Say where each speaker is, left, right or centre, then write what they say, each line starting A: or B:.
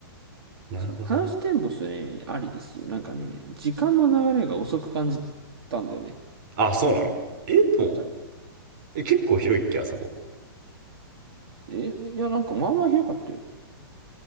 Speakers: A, on the right; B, on the right.
A: なるほどね。
B: そう、ハウステンボスね、ありですよ。なんかね、時間の流れが遅く感じたんだよね。
A: あ、そうなのえ、でも、
B: じゃ、
A: え、結構広いっけ、あそこ。
B: え、いや、なんかまあまあ広かったよ。